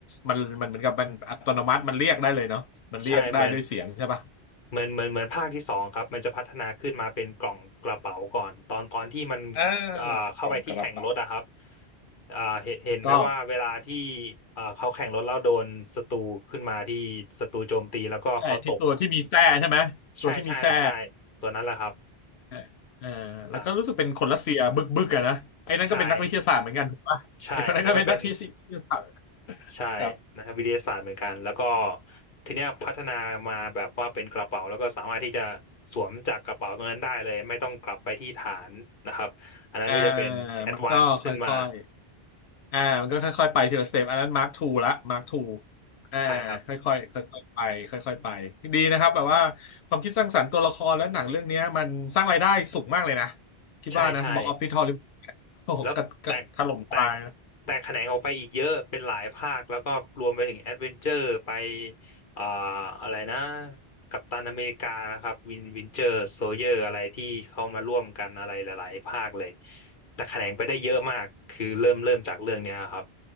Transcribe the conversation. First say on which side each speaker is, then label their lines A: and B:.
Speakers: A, on the left (about 85°); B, on the left (about 55°).
A: มันมันเหมือนกับมันอัตโนมัติมันเรียกได้เลยเนาะมันเรียกได้ด้วยเสียงใช่ปะ
B: ใช่เหมือน เหมือนเหมือนเหมือนภาคที่สองครับมันจะพัฒนาขึ้นมาเป็นกล่องกระเป๋าก่อนตอนตอนที่มัน
A: อ่าเป็นกล่องกระเป๋า
B: เอ่อเข้าไปที่แข่งรถอะครับเอ่อเห็นเห็นไหมว่าเวลาที่
A: ถูกต้อง
B: เอ่อเขาแข่งรถแล้วโดนศัตรูขึ้นมาที่ศัตรูโจมตีแล้วก็เขาตก
A: ใช่ที่ตัวที่มีแส้ใช่ไหมตัวที่มีแส้
B: ใช่ใช่ใช่ตัวนั้นแหละครับ
A: เออเออแล้วก็รู้สึกเป็นคนรัสเซียบึกบึกอะนะไอ้นั่นก็เป็นนักวิทยาศาสตร์เหมือนกัน
B: อ่าใช่
A: <laughs> ถูกปะไอ้คนนั้นก็เป็นนักที่วิทยาศาสตร์
B: ใช่อันนั้นก็เป็น ใช่นะครับวิทยาศาสตร์เหมือนกันแล้วก็
A: ครับ
B: ทีเนี้ยพัฒนามาแบบว่าเป็นกระเป๋าแล้วก็สามารถที่จะสวมจากกระเป๋าตรงนั้นได้เลยไม่ต้องกลับไปที่ฐานนะครับอันนั้นก็จะเป็นแอดวานซ์ขึ้นมา
A: อ่ามันก็ค่อยๆอ่ามันก็ค่อยๆไปทีละสเต็ปอันนั้นมาร์คทูละมาร์คทูอ่าค่อยๆค่อยๆไปค่อยๆไปดีนะครับแบบว่าความคิดสร้างสรรค์ตัวละครและหนังเรื่องเนี้ยมันสร้างรายได้สูงมากเลยนะ
B: ใช่ครับ
A: คิดว่านะบ็อกออฟฟิศฮอลลีวูด
B: ใช่ใช่
A: โอ้โหกระกระถล่มตาย
B: แล้วแตกแตกแตกแขนงออกไปอีกเยอะเป็นหลายภาคแล้วก็รวมไปถึงแอดเวนเจอร์ไปเอ่ออะไรนะกัปตันอเมริกานะครับวินวินเจอร์โซเยอร์อะไรที่เขามาร่วมกันอะไรหลายๆภาคเลยแต่แขนงไปได้เยอะมากคือเริ่มเริ่มจากเรื่องเนี้ยครับ